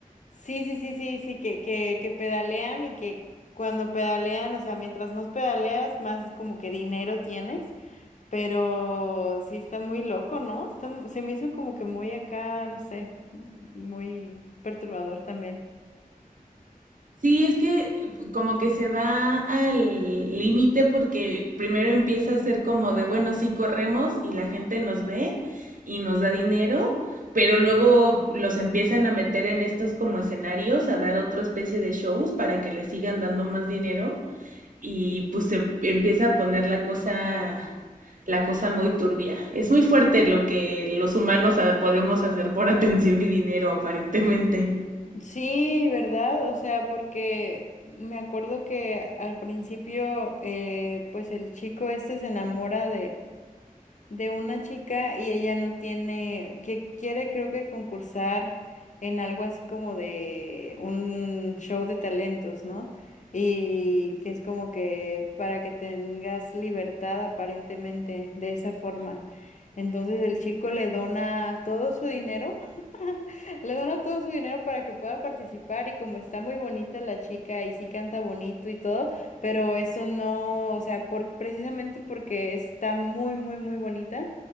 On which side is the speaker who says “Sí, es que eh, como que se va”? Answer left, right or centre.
Right